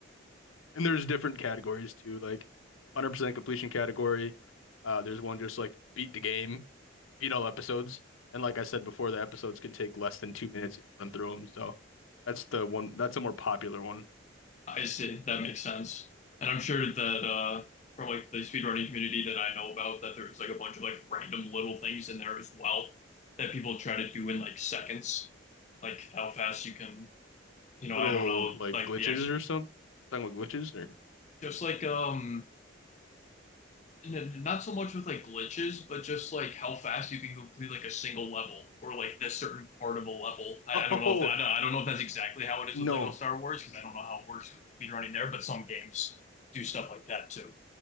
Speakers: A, on the left; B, on the left.
A: And there's different categories too, like 100% completion category. Uh, there's one just like beat the game, beat all episodes. And like I said before, the episodes can take less than two minutes if you run through them. So that's the one, that's a more popular one.
B: I see. That makes sense. And I'm sure that uh from like the speedrunning community that I know about that there's like a bunch of like random little things in there as well that people try to do in like seconds. Like how fast you can, you know,
A: Little
B: I don't know,
A: like
B: like
A: glitches
B: the actual
A: or something. Talking about glitches or
B: just like um And not so much with like glitches, but just like how fast you can complete like a single level or like this certain part of a level.
A: <laughs>
B: I,
A: oh
B: I don't know if that, I don't, I don't know if that's exactly how it is
A: no,
B: with Lego Star Wars because I don't know how it works with speed running there, but some games do stuff like that too